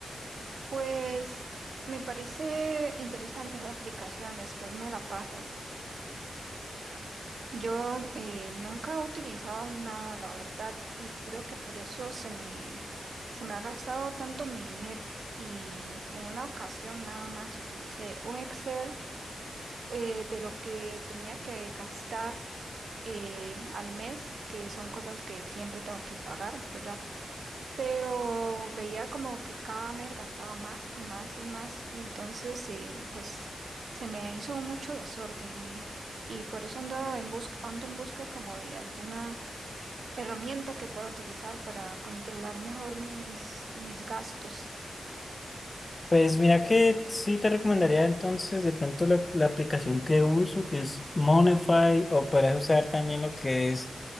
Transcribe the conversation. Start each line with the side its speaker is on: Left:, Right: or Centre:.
Right: Pues me parece interesante esa aplicación, después me la pasas. Yo eh, nunca he utilizado nada, la verdad, y creo que por eso se me, se me ha gastado tanto mi dinero. Y en una ocasión nada más utilicé un Excel eh, de lo que tenía que gastar eh, al mes, que son cosas que siempre tengo que pagar, ¿verdad? pero veía como que cada mes gastaba más y más y más y entonces eh, pues se me hizo mucho desorden y, y por eso ando en busca, ando en busca como de alguna herramienta que pueda utilizar para controlar mejor mis, mis gastos.
Left: Pues mira que sí te recomendaría entonces de pronto la, la aplicación que uso, que es Monify, o podrías usar también lo que es